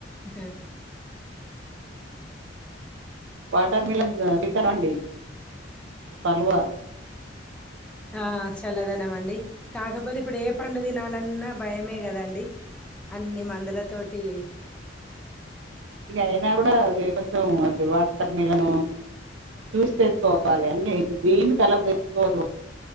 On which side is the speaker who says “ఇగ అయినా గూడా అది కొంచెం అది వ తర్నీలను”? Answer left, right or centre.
Right